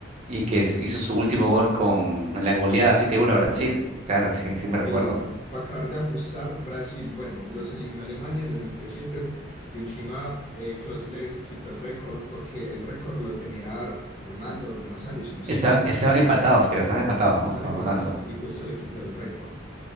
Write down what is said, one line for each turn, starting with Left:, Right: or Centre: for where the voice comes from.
Right: Y que hizo su último gol con la goleada siete uno a Brasil. Claro, sí, sí me recuerdo.
Left: Sí, para acabar de ajustar, Brasil, bueno, los eliminó Alemania, les metió siete y encima eh, Klose les quitó el récord porque el récord lo tenía Ronaldo o Nazario, si no estoy
Right: Estaban,
Left: mal,
Right: estaban empatados, creo. Estaban empatados,
Left: están
Right: ¿no? Con
Left: empatados
Right: Ronaldo.
Left: y justo le quitó el récord.